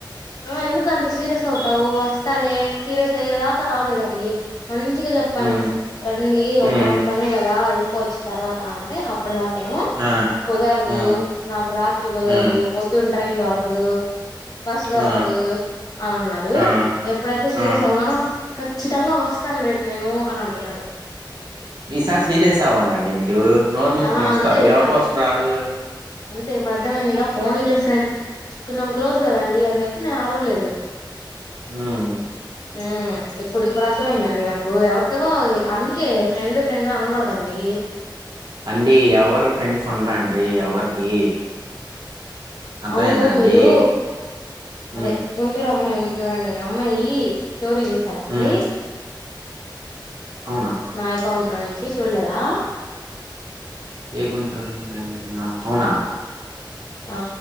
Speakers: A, on the left (about 55°); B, on the right (about 60°).
A: ఆ ఎందుకు అంత సీరియస్ అవుతావు వస్తలేే సీరియస్ అయ్యేదాకా రాలేదండి మంచిగా చె పను
B: ఉమ్
A: రండి ఒక
B: ఉమ్
A: గంట పని కదా వెళ్ళిపోవచ్చు తర్వాత అంటే అ అప్పుడుదాక ఏమో
B: ఆ
A: కుదారు
B: ఆ
A: నాకు రాత్రి కుదరదు
B: ఆ
A: పొద్దున్న ట్రైన్ దొరకదు బస్ దొరకదు
B: ఆ
A: దు అని అన్నారు
B: ఆ
A: ఎప్పుడైతే సీరియస్
B: ఆ
A: అవగానో ఖచ్చితంగా వస్తాను రేపు నేను అని అంటున్నాడు
B: మీసారి సీరియస్ గా అవ్వంండి మీ నోరు మూసుకొని
A: ఆ
B: వస్తారు
A: అంతే ఇప్పుడు
B: ఎవరికోసం రారు
A: అంతే ఇప్పుడు అర్థమైందిగా పోనీలే ఫ్రెండ్ కొంచెం క్లోజ్ కదండి అని చెప్పి నేను అరవలేదు
B: ఉమ్
A: ఉమ్ ఇప్పుడు ఇప్పుడు అర్థమయిందండి నాకు ఎవరితో అందుకే ఫ్రెండ్ ఫ్రెండ్ అనకూడదండి
B: అండి ఎవరు ఫ్రెండ్స్ ఉండ్రండి ఎవరికి అర్థమైందా
A: అవును
B: అండి
A: మీరు అదే
B: ఉమ్
A: గుంటూరు అమ్మాయి ఉంది చూడండి అమ్మాయి స్టోరీ చూసారా అండి
B: ఉమ్ అవునా
A: నా అకౌంట్ లో నుంచి చూడలేదా
B: ఏగుంటురమ్మా అవునా
A: ఆ